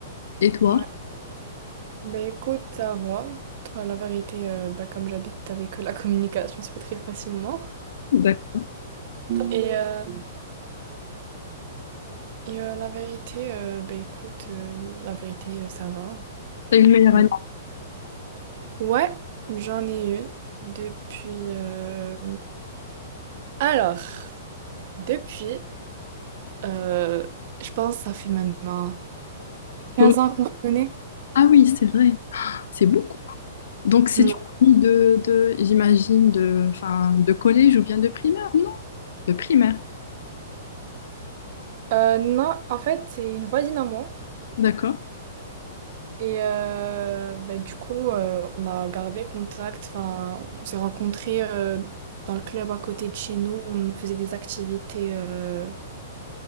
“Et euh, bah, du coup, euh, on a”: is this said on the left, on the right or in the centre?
Right